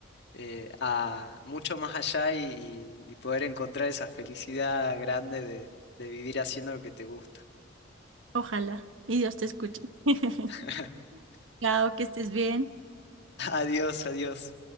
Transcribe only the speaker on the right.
Ojalá. Y Dios te escuche. <laughs>
Chao, que estés bien.